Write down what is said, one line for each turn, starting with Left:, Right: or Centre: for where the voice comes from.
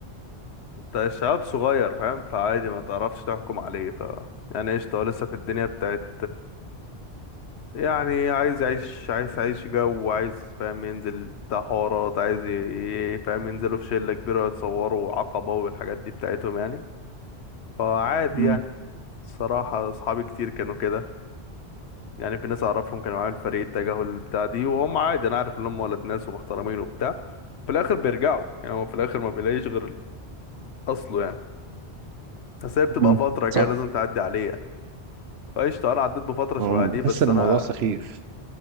Left: انت الشباب صغير فاهم فعادي ما تعرفش تحكم عليه ف يعني قشطة هو لسه في الدنيا بتاعت يعني عايز يعيش عايز يعيش جو عايز فاهم ينزل بتاع حوارات عايز ي- ي- فاهم ينزلوا في شلة كبيرة يتصوروا عقبة والحاجات دي بتاعتهم يعني فعادي
Right: امم
Left: يعني الصراحة أصحابي كتير كانوا كده يعني في ناس أعرفهم كانوا معايا في الفريق التجاهل بتاع دي وهم عادي أنا عارف إن هم ولد ناس ومحترمين وبتاع في الآخر بيرجعوا يعني هو في الآخر ما بيلاقيش غير أصله يعني بس هي بتبقى
Right: امم
Left: فترة كده
Right: صح
Left: لازم تعدي عليه يعني فقشطة أنا عديت بفترة شبه
Right: أم،
Left: دي
Right: بحس
Left: بس
Right: ان
Left: أنا
Right: الموضوع سخيف